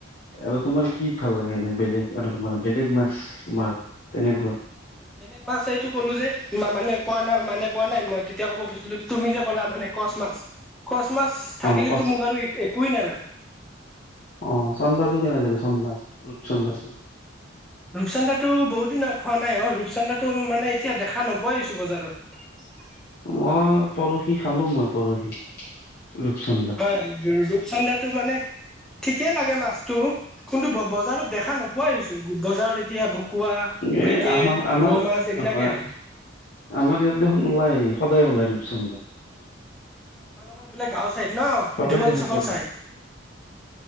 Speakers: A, on the left; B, in the centre.
A: আৰু তোমাৰ কি ভাল লাগে এ নাই? বেলেগ আৰু তোমাৰ বেলেগ মাছ তোমাৰ তেনেকুৱা।
B: বেলেগ মাছ এইটো ক'লো যে মানে কোৱা নাই মানে কোৱা নাই মই তেতিয়া ক'ব গুৈছিলো তুমি যে ক'লা মানে কচ মাছ। খচ মাছ থাকিলেতো
A: অ কচ
B: মোক আৰু একোৱেই নালাগে।
A: অ' চন্ধাটো কেনে লাগে চন্ধা চন্ধাটো।
B: ৰূপচন্দাটো বহুত দিনা খোৱা নাই অ' ৰূপচানন্দাটো মানে এতিয়া দেখা নোপোৱাই আছো বজাৰত।
A: মই পৰহি খালো মই পৰহি। ৰূপচন্দা
B: হয় ৰূপচন্দ্ৰাটো মানে ঠিকেই লাগে মাছতো কিন্তু বজাৰত দেখা নোপোৱা আহিছো বজাৰত এতিয়া ভকুৱা,
A: এ
B: ব্ৰিকেট,
A: আমাৰ আমাৰ
B: ৰো মাছ এইবিলাকে
A: হয়
B: আহে।
A: আমাৰ ইয়াত দেখোন ওলাই সদায় ওলাই ৰূপচন্দা।
B: তোমালোকৰ এইবিলাক গাঁও চাইদ ন
A: সদায়
B: এইটো হল
A: দেখোন
B: চহৰ
A: পোৱা
B: চাইদ।
A: যায়